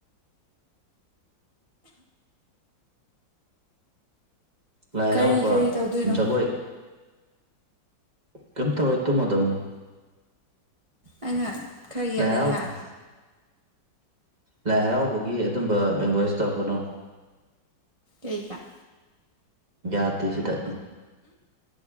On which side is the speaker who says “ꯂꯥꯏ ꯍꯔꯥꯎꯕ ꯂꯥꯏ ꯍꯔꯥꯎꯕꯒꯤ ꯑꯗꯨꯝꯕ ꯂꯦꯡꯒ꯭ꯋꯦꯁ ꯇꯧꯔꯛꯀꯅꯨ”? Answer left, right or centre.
Right